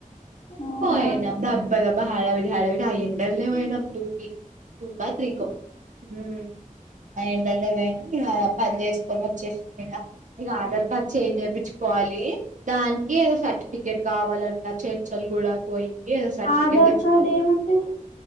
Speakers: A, on the left (about 45°); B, on the right (about 60°).
A: ఆహా
B: పోనా
A: ఆహా.
B: అబ్బా అబ్బా హావిడి హావిడియిడి అయే ఎండల్నే పోయినాం టూకి టూకా త్రీకో హ్మ్ అ ఇంగ పోయినాం పని చేసుకొని వచ్చేసిన ఇగా ఆధార్ కార్డ్ చేంజ్ చేపించుకోవాలి దానికి ఏదో సర్టిఫికేట్ కావాలంట చెంచలుగుడా పోయి ఏదో సర్టిఫికేట్
A: ఆధార్
B: తెచ్చుకోవాలి
A: <unintelligible>